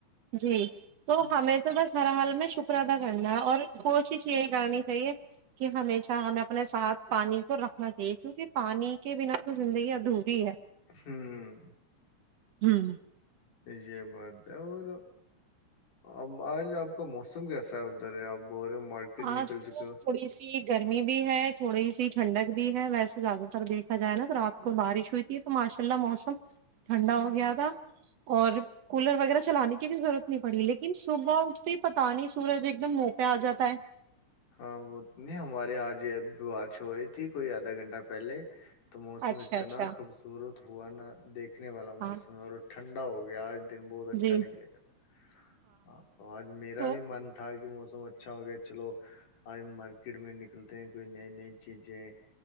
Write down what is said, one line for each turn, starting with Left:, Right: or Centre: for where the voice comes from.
Right: جی
Left: ہم،
Right: تو ہمیں تو بس ہر حال میں شکر ادا کرنا ہے اور کوشش یہی کرنی چاہیے کہ ہمیشہ ہمیں اپنے ساتھ پانی کو رکھنا چاہیے کیونکہ پانی کے بنا تو زندگی ادھوری ہے
Left: ہوں
Right: ہوں
Left: یہ بات ہے اور اب آج آپ کا موسم کیسا ہے ادھر اب ب رہ مارکیٹ
Right: آج
Left: نکل
Right: تو
Left: چکے ہو
Right: تھوڑی سی گرمی بھی ہے تھوڑی سی ٹھنڈک بھی ہے ویسے زیادہ تر دیکھا جائے نا تو رات کو بارش ہوئی تھی تو ماشاء اللہ موسم ٹھنڈا ہو گیا تھا اور کولر وغیرہ چلانے کی بھی ضرورت نہیں پڑی لیکن صبح اٹھتے ہی پت نہیں سورج ایک دم مو پہ آ جاتا ہے
Left: ہاں وہ نہیں ہمارے یہاںج ا بارش ہو رہی تھی کوئی آدھا گھنٹہ پہلے تو موسم
Right: اچھا
Left: اتنا
Right: اچھا
Left: خوبصورت دھو نہا دیک دیککھنے والا موسم
Right: ہاں
Left: اور ٹھنڈا ہو گیاج دن بہت اچھا
Right: جی
Left: نکلے گا ہاں تو آج میرا
Right: تو
Left: بھی من تھا کہ م س اچھا ہو گیا چلو آج مارکیٹ میں نکلتے ہیں کوئی نئی نئی چیزیں